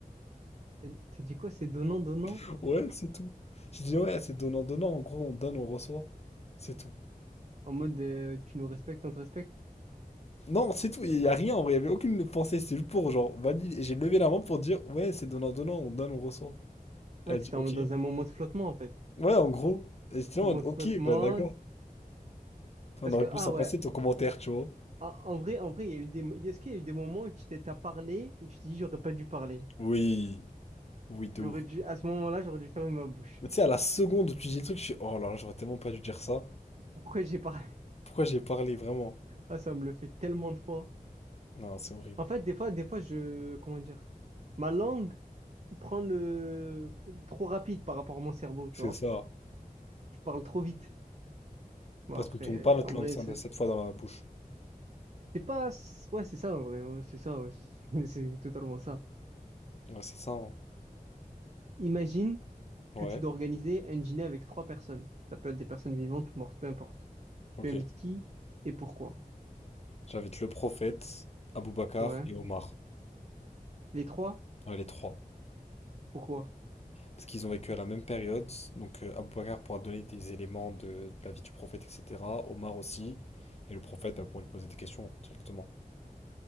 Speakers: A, on the right; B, on the left.
A: T'as t'as dit quoi? C'est donnant, donnant?
B: <laughs> Ouais, c'est tout. J'ai dit, ouais, c'est donnant-donnant. En gros, on donne, on reçoit. C'est tout.
A: En mode euh, tu nous respectes, on te respecte?
B: Non, c'est tout, il y a rien en vrai, il y avait aucune pensée, c'était juste pour genre valider. Et j'ai levé la main pour dire ouais, c'est donnant donnant, on donne, on reçoit. Elle
A: Ouais,
B: a
A: c'était
B: dit OK.
A: en- dans un moment de flottement en fait.
B: Ouais, en gros. Et j'étais là
A: Moment
B: en mode OK,
A: de flottement,
B: bah d'accord. Enfin,
A: Est-ce
B: On aurait
A: que,
B: pu
A: ah
B: s'en
A: ouais,
B: passer ton commentaire, tu vois.
A: en en vrai, en vrai, il y a eu des, mo- est-ce qu'il y a eu des moments où tu t'es, t'as parlé et tu t'es dit, j'aurais pas dû parler.
B: Oui, oui, de
A: J'aurais
B: ouf.
A: dû, à ce moment-là, j'aurais dû fermer ma bouche.
B: Mais tu sais, à la seconde où tu dis le truc, je suis oh là là, j'aurais tellement pas dû dire ça.
A: Pourquoi j'ai parlé? <laughs>
B: Pourquoi j'ai parlé vraiment?
A: Ah, ça me le fait tellement de fois.
B: Non, c'est horrible.
A: En fait, des fois, des fois, je, comment dire, ma langue prend le, trop rapide par rapport à mon cerveau, tu
B: C'est
A: vois.
B: ça.
A: Je parle trop vite. Bon,
B: Parce
A: après,
B: qu'on tourne pas notre
A: en
B: langue
A: vrai,
B: ça,
A: c'est
B: cette fois dans la bouche.
A: c'est pas, c'est- ouais, c'est ça, en vrai, ouais, c'est ça, ouais. <laughs> C'est totalement ça.
B: Ouais, c'est ça. hein.
A: Imagine
B: Ouais,
A: que tu dois organiser un dîner avec trois personnes. Ça peut être des personnes vivantes ou mortes, peu importe.
B: ok.
A: Tu invites qui et pourquoi?
B: J'invite le prophète, Abou Bakar
A: Ouais.
B: et Omar.
A: Les trois?
B: Ouais, les trois.
A: Pourquoi?
B: parce qu'ils ont vécu à la même période. Donc euh, Abou Bakr pourra donner des éléments de, de la vie du prophète, etc. Omar aussi. Et le prophète bah, pourra lui poser des questions directement.